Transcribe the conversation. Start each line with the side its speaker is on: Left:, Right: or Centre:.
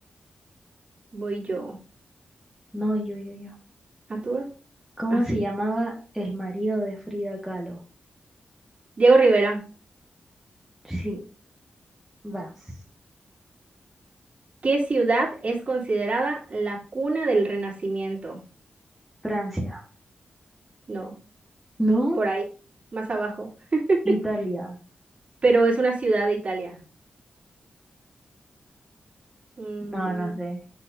Right: voy yo.
Centre: No, yo, yo, yo.
Right: ¿A tú?
Centre: ¿Cómo
Right: Así.
Centre: se llamaba el marido de Frida Kahlo?
Right: Diego Rivera.
Centre: Sí, vas.
Right: ¿Qué ciudad es considerada la cuna del Renacimiento?
Centre: Francia.
Right: No,
Centre: ¿No?
Right: por ahí, más abajo. <laughs>
Centre: Italia.
Right: Pero es una ciudad de Italia. Mm,
Centre: No, no sé.